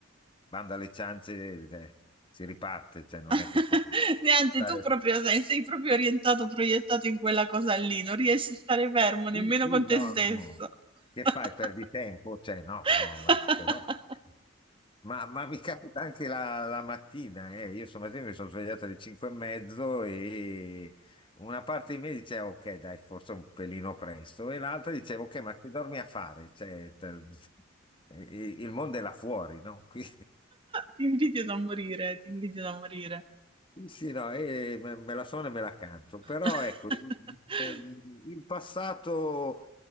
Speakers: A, on the left (about 25°); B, on the right (about 25°).
A: banda alle ciance, eh, si riparte, cioè non
B: <laughs>
A: è che può
B: Niente,
A: stare.
B: tu proprio sei, sei proprio orientato, proiettato in quella cosa lì, non riesci a stare fermo nemmeno
A: Sì, sì,
B: con te
A: no,
B: stesso.
A: no. Che
B: <laughs>
A: fai? Perdi tempo? Cioè, no,
B: <laughs>
A: no, ma che no. Ma, ma mi capita anche la, la mattina, eh. Io stamattina mi sono svegliato alle 5 e mezzo e una parte di me diceva, ok, dai, forse un pelino presto, e l'altra diceva, ok, ma che dormi a fare? Cioè, te- e- e- il mondo è là fuori, no? <laughs> Qui-
B: Ti invidio da morire, ti invidio da morire.
A: Sì, no, eh, me me la sono e me la canto, però
B: <laughs>
A: ecco, ehm, il passato,